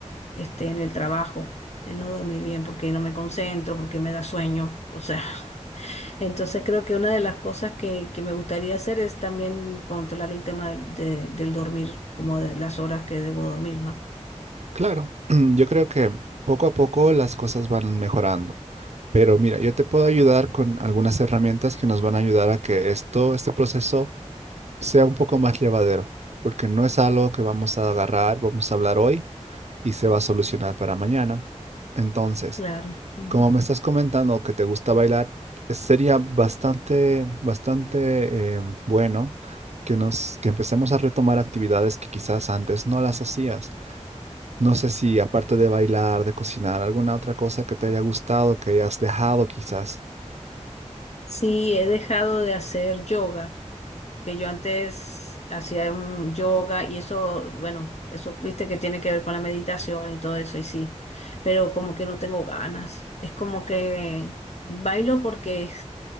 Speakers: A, on the left; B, on the right.
A: este, en el trabajo, el no dormir bien, porque no me concentro, porque me da sueño. O sea. <laughs> Entonces creo que una de las cosas que, que me gustaría hacer es también controlar el tema del, de- del dormir, como de las horas que debo dormir, ¿no?
B: Claro, <clears throat> yo creo que poco a poco las cosas van mejorando. Pero mira, yo te puedo ayudar con algunas herramientas que nos van a ayudar a que esto, este proceso sea un poco más llevadero, porque no es algo que vamos a agarrar, vamos a hablar hoy y se va a solucionar para mañana. Entonces,
A: Claro. ujú.
B: como me estás comentando que te gusta bailar, sería bastante, bastante eh, bueno que nos, que empecemos a retomar actividades que quizás antes no las hacías no sé si aparte de bailar, de cocinar, alguna otra cosa que te haya gustado, que hayas dejado quizás.
A: Sí, he dejado de hacer yoga, que yo antes hacía un yoga y eso, bueno, eso viste que tiene que ver con la meditación y todo eso, y sí, pero como que no tengo ganas. Es como que bailo porque